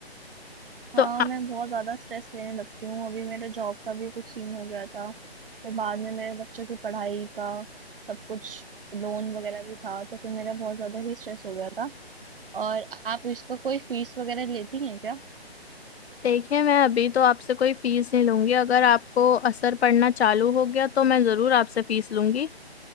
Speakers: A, on the right; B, on the left.
A: हाँ
B: तो आ-
A: मैं बहुत ज्यादा स्ट्रेस लेने लगती हूँ अभी मेरे जॉब का भी कुछ सीन हो गया था फिर बाद में मेरे बच्चों की पढ़ाई का सब कुछ लोन वगैरह भी था तो फिर मेरा बहुत ज्यादा ही स्ट्रेस हो गया था और आप इसका कोई फीस वगैरह लेती हैं क्या <laughs>
B: देखिए मैं अभी तो आपसे कोई फीस नहीं लूंगी अगर आपको असर पड़ना चालू हो गया तो मैं जरूर आपसे फीस लूंगी